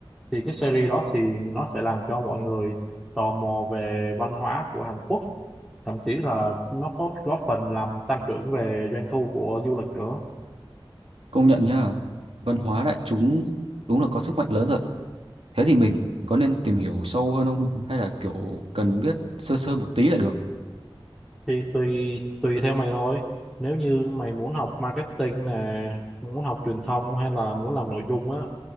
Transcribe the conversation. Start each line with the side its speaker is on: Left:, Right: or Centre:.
Centre: thì cái series đó thì nó sẽ làm cho mọi người tò mò về văn hóa của Hàn Quốc thậm chí là nó có góp phần làm tăng trưởng về doanh thu của du lịch nữa
Right: công nhận nhá văn hóa đại chúng đúng là có sức mạnh lớn thật Thế thì mình có nên tìm hiểu sâu hơn không? Hay là kiểu cần biết sơ sơ một tí là được?
Centre: thì tùy tùy theo mày thôi nếu như mày muốn học marketing nè muốn học truyền thông hay là muốn làm nội dung á